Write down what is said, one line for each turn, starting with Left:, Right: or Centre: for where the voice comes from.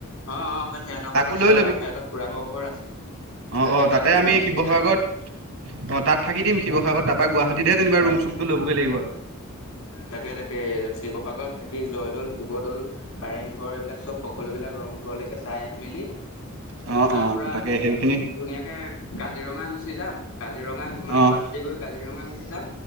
Left: অ অ স সিহঁতৰ
Right: তাকো
Left: ঘৰত আছে
Right: লৈ ল'বি।
Left: অ সিহঁতৰ খুৰাকৰ
Right: অ
Left: ঘৰ আছে।
Right: অ
Left: তাকে
Right: অ
Left: তাক
Right: তাতে
Left: লৈ
Right: আমি
Left: ল'ম
Right: শিৱসাগৰত
Left: তেতিয়া
Right: অ তাত থাকি দিম শিৱসাগৰত ত গুৱাহাটী যেনিবা ৰুম চুম তো লবগৈ লাগিব আৰু।
Left: তাকে তাকে শিৱসাগৰত থাকি জয়দৌল, শিৱদ'ল কাৰেংঘৰ এইবিলাক চব সকলোবিলাক ৰংঘৰলৈকে চাই মেলি
Right: <inaudible>
Left: তাৰ পৰা
Right: তাকে
Left: আমি
Right: সেইখিনি
Left: ধুনীয়াকে কাজিৰঙা গুচি যাম কাজিৰঙা মানে
Right: অ',
Left: গুৱাহাটী গৈ কাজিৰঙা গুচি যাম